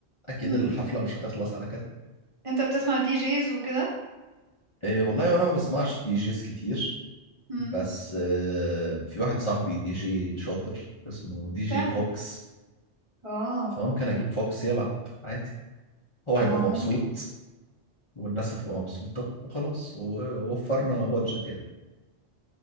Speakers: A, on the left; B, on the right.
A: أكيد
B: امم
A: الحفلة مش هتخلص على كده
B: انت بتسمع دي جيز وكده
A: إيه والله وأنا ما بسمعش دي جيز كتير
B: امم
A: بس آه، في واحد صاحبي دي جي شاطر اسمه دي جي
B: فعلا
A: فوكس
B: اه
A: فممكن أجيب فوكس يلعب عادي هو
B: طب
A: هيبقى
B: ما
A: مبسوط
B: ممكن
A: والناس هتبقى مبسوطة وخلاص ووفرنا بادجت يعني